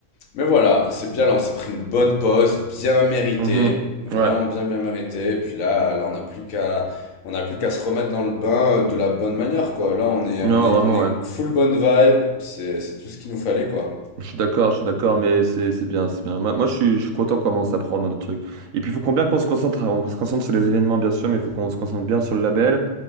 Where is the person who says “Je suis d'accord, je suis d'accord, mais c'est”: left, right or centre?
Right